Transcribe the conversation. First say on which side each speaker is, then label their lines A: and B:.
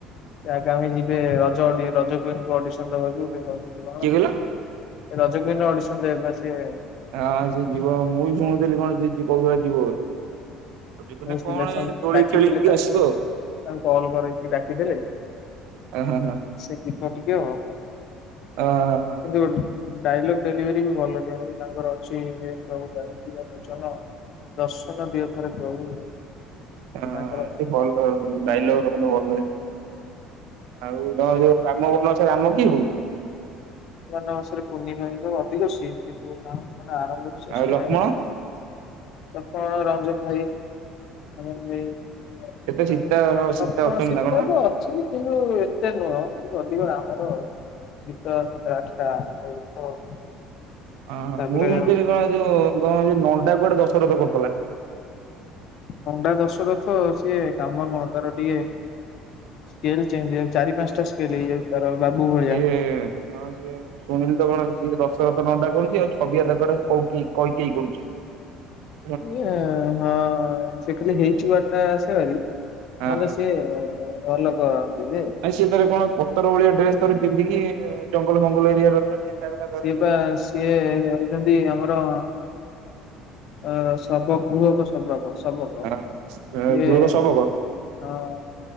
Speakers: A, on the left; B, on the right.
A: ତା ଆଗାମୀ ଯିବେ ରଜ ଅଡି ରଜ କୁଇନକୁ ଅଡିସନ ଦବାକୁ କହିଛନ୍ତି କଣ।
B: କିଏ କହିଲ
A: ରଜକୁଇନର ଅଡିସନ ଦେବେ ବା ସିଏ।
B: ହଁ ସିଏ ଯିବ ମୁଁ ବି ଶୁଣୁଥିଲି କଣ ଯ ସିଏ କୋଉଥିଲା ଯିବ ବୋଲି। ଯିବୁନି
A: ଆଉ ସିଲେକ୍ସନ
B: କଣ ଏ ଦୋଳି
A: ଡାକିଥିଲେ
B: ଖେଳିକି
A: ତାଙ୍କୁ
B: ଆସିବ
A: ତାଙ୍କୁ କଲ କରକି ଡାକିଥିଲେ।
B: ଆଉ ହଁ ହଁ ହଁ।
A: ସେ ଯିବ ଟିକେ ଆଉ।
B: ଅ ହଁ
A: କିନ୍ତୁ ଡାଇଲଗ୍ ଡେଲିଭରି ବି ଭଲ ଦିଅନ୍ତି, ତାଙ୍କର ସେ ପ୍ରଭୁ <unintelligible> ଲୋଚନ ଦର୍ଶନ ଦିଅଥରେ ପ୍ରଭୁ।
B: ହଁ
A: ଏ ତାଙ୍କର
B: ସେ ଭଲ ଡାଇଲଗ ରେ ଭଲ ହେଇ ଆଉ ତମ ଯୋଉ ରାମବନ ଅଛ ରାମ କିଏ ହୁଏ?
A: ବନବାସ ରେ କୁନି ଅଧିକ ସିନ୍ କିନ୍ତୁ ଗ ମାନେ ଆରମ୍ଭରୁ ଶେଷ
B: ଆଉ ଲକ୍ଷ୍ମଣ?
A: ଯାଏ। <unintelligible> ରଞ୍ଜନ ଭାଇ। <unintelligible>
B: ସେତେ ସୀତା ହଁ ସୀତା
A: ଅଛି
B: ଅଛନ୍ତି ନା କଣ
A: କିନ୍ତୁ
B: ବା
A: ଏତେ ନୁହଁ କିନ୍ତୁ ଅଧିକ ରାମର ଗୀତ। ସାତଟା ଆଠଟା <unintelligible> ଗୀତ।
B: ଅ ହଁ
A: ତାପରେ
B: ମୁଁ ଶୁଣିଥିଲି କଣ ଯୋଉ କଣ ଯୋଉ ନଣ୍ଡା କୁଆଡେ ଦଶରଥ କରୁଥିଲା।
A: ନଣ୍ଡା ଦଶ ରଥ ସିଏ କାମ ନୁହଁ ତାର ଟିକେ ସ୍କୀଲ ଚେଞ୍ଜ ହେଇଯାଉଚି ଚାରି ପାଞ୍ଚଟା ରସ୍କୀଲ ହେଇଯାଉ ତାର ବାବୁ ଭଳିଆ।
B: ହୁଁ। ହଁ ସିଏ ମୁଁ ଶୁଣିଲି ତ କଣ ସିଏ ଦଶରଥ ନଣ୍ଡା କରୁଛି ଆଉ ଛବି ଦାଦା କୁଆଡେ କୌକେଇ କୈକେଇ କରୁଛି। <unintelligible>
A: ଏ ହଁ ସେ ଖାଲି ହେଇଚୁ ବା ଟା ଆସେ ଭାରୀ ନହେଲେ
B: ହଁ
A: ସିଏ ଭଲ କରନ୍ତି ଯେ।
B: ଆଇ ସିଏ ତରେ କଣ ପତର ଭଳିଆ ଡ୍ରେସ ଥରେ ପିନ୍ଧିକି ଜଙ୍ଗଲ ଫଙ୍ଗଲ ଏରିଆ ରହିଲା। ଟେଣ୍ଟା ଫେଣ୍ଟା ଧରିକିନା
A: ସିଏ ବା ସିଏ ହଉଛନ୍ତି ଆମର ଅ ସବଗୃହ ସବକ ସବକ
B: ଆ ଗୁରବ
A: ଏ ହଁ।
B: ସବକ